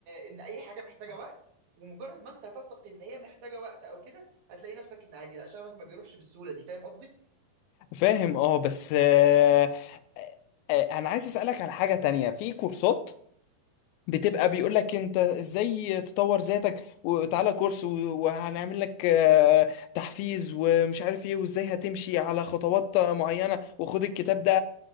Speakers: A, on the right; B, on the left.
A: ان اي حاجه محتاجه وقت ومجرد ما انت تثق ان هي محتاجه وقت او كده هتلاقي نفسك ان عادي لا شغفك ما بيروحش بالسهوله دي فاهم قصدي
B: فاهم اه بس آه، آه، انا عايز اسالك على حاجه تانية في كورسات بتبقى بيقول لك انت ازاي تطور ذاتك وتعالى كورس و- وهنعمل لك آه، تحفيز ومش عارف ايه وازاي هتمشي على خطوات معينه وخد الكتاب ده